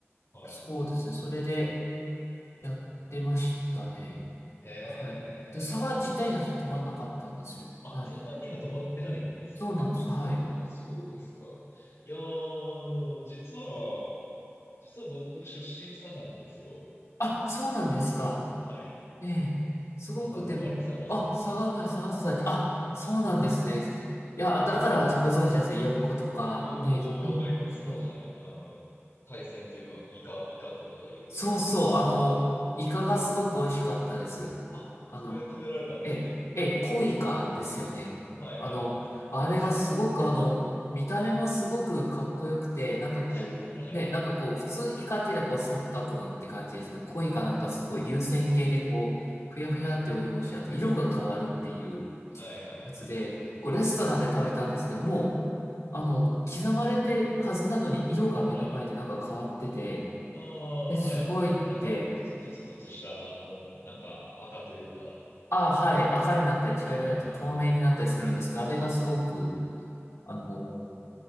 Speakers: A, on the left; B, on the left.
A: はい。
B: そうですね。それでやってましたね。
A: へえ、
B: はい。で、佐賀自体には泊まんなかったんですよ。
A: いや、はい。あ、
B: はい。
A: 佐賀には泊まってないんですね。
B: そうなんです。はい。
A: あ、そうですか。いやー、あの、実は、実は僕、出身佐賀なんですよ。
B: あ、そうなんですか。
A: はい。
B: ええ。すごくでも、
A: 佐賀生まれ、佐賀育ち。
B: あ、佐賀前、佐賀崎、あ、そうなんですね。
A: はい。
B: いや、だからご存知ですね。呼ぶ子とか、
A: よくわかりますよ。
B: ね、うん、確かに。
A: はい。あの、海鮮というか、イカ、イカとかが有名な。
B: そうそう、あの、
A: はい。
B: イカがすごく美味しかったです。
A: あ、
B: あの、
A: それ食べられたんですね。
B: え、え、コイカですよね。
A: はいはいはい、
B: あの、
A: そうです。
B: あれがすごくあの、
A: そうです
B: 見た目もすごくかっこよくて、なんかこう、
A: <laughs> はい。
B: ね、なんかこう、普通イカっていうのはこう三角なって感じですけど、コイカなんかすごい流線形でこう、ふやふやって泳ぐし、あと色が変わるっていう
A: はいはいはいはい。
B: やつで、こうレストランで食べたんですけども、
A: うん。
B: あの、刻まれてるはずなのに色が目の前でなんか変わってて、
A: はい。ああ、
B: え、すごいって、
A: はい。あの、なんか、プツプツプツした、あの、なんか、あ赤というか。
B: ああ、はい、赤になったり茶色になったり透明になったりするんですけど、
A: はいはいはい。
B: あれがすごく、あの、